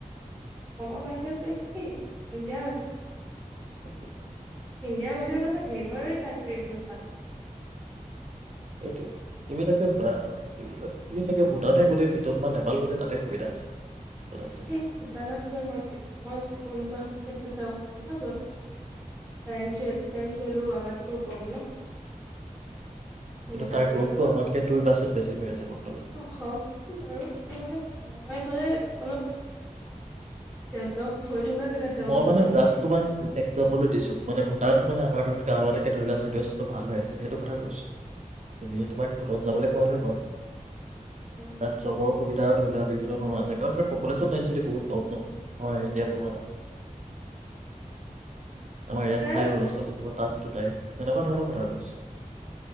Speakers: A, in the centre; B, on the right (about 60°).
A: অসমৰ বাহিৰতো একেই ইণ্ডিয়াৰ বাহিৰত
B: ওকে
A: ইণ্ডিয়াৰ বাহিৰত আমাৰ লেবাৰে কাণ্ট্ৰি ইমান ভালত আছে
B: সেইটোৱে তুমি তাকে কি বুলি কয় তুমি তাকে ভূটানলে গলে ভিতত বা নেপাল গলে তাতে সুবিধা আছে। যথেষ্টখিনি
A: এই ভূটানত গৈ মই কি কৰিম মই এনেকুৱা এখন দেশত যাব নোৱাৰো ন য'ত কাৰেণচে এক্সেঞ্জ কৰিলো আমাৰতকৈয়ো কম ন মই সেনেকুৱা
B: কিন্তু তাৰ
A: জেগাত
B: গ্ৰথটো
A: গৈ
B: আমাতকে দুই পাৰ্চেণ্ট বেছি হৈ আছে বৰ্তমান
A: হক বাৰু কিন্তু মানে মই গলে অলপ ডেভলপ হৈ থকা জেগাত যাব
B: মই
A: বিচাৰিম
B: মানে জাষ্ট তোমাক একজামপোলটো দিছো মানে ভূ তাত মানে আমাৰ ধৰণতকৈ কাম এটাকে ধৰি লোৱা চিটুৱেশ্যনটো ভাল হৈ আছে সেইটো কথা কৈছোঁ তুমি তোমাক ভূটান যাবলৈ কোৱা নাই মই
A: ন
B: তাত জবৰ সুবিধাও ধৰি লোৱা বিভিন্ন ধৰণৰ আছে কাৰণ প্ৰপোলেচন বহুত কম ন আমাৰ ইন্দিয়াতকে <unintelligible> আমাৰ ইয়াত
A: বাৰু
B: হাই হুলস্থূল থাকিব তাততো নাই তেনেকুৱা ধৰণৰ কথা কৈছো